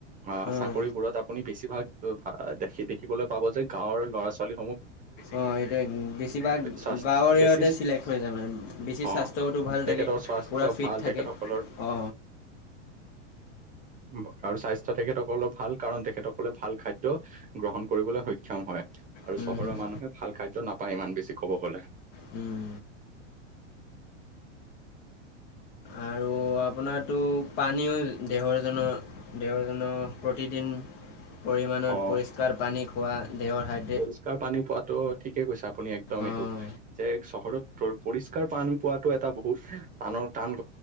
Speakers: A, on the right (about 20°); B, on the left (about 65°).
A: অ
B: অঁ
A: চাকৰিবোৰত আপুনি বেছিভাগ দে দেখিবলৈ পাব যে গাঁৱৰ ল'ৰা ছোৱালী
B: অ এইটো বেছিভাগ
A: স্বাস্থ
B: গাঁৱৰেতে
A: বেছি
B: চিলেক্ট হৈ যায় মান বেছি
A: অ
B: স্বাস্থ্য ভাল
A: তেখেতৰ
B: থাকে
A: স্বাস্থ্য
B: পুৰা ফিট
A: ভাল
B: থাকে
A: তেখেতসকলৰ
B: অ।
A: <inaudible> আৰু স্বাস্থ্য তেখেতসকলৰ ভাল কাৰণ তেখেতসকলে ভাল খাদ্য গ্ৰহণ কৰিবলৈ সক্ষম হয়। আৰু
B: হুম
A: চহৰৰ
B: হুম
A: মানুহে ভাল খাদ্য নাপায় ইমান বেছি কব গলে।
B: হুম আৰু আপোনাৰটো পানীও দেহৰজনৰ দেহৰজনৰ প্ৰতিদিন পৰিমাণত
A: অ
B: পৰিষ্কাৰ পানী খোৱা দেহৰ হাত
A: পৰিষ্কাৰ পানী পোৱাটো ঠিকে কৈছে আপুনি একদম এইটো
B: অঁ
A: যে চহৰত পৰিষ্কাৰ পানী পোৱাাটো এটা বহুত টানৰ টান।